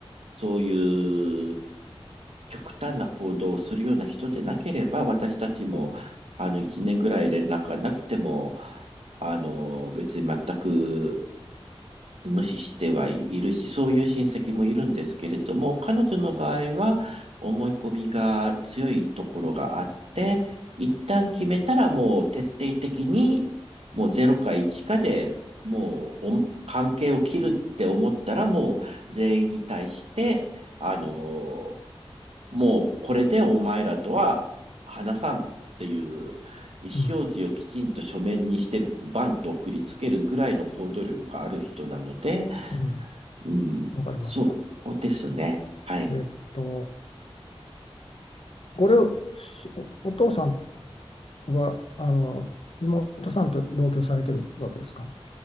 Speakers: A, on the right (about 80°); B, on the left (about 70°).
A: そういう極端な行動をするような人でなければ、私たちも、あの、一年ぐらい連絡がなくても、あの、別に全く無視してはいるし、そういう親戚もいるんですけれども、彼女の場合は、思い込みが強いところがあって、一旦決めたらもう徹底的に、もうゼロか1かで、もうお関係を切るって思ったら、もう全員に対して、あの、もうこれでお前らとは話さんっていう意思表示をきちんと書面にしてバンと送りつけるぐらいの行動力がある人なので、
B: うん。うん。
A: うん、
B: わかりました。
A: そうですね。はい。
B: えっと、これをしお、お父さんは、あの、妹さんと同居されてるわけですか。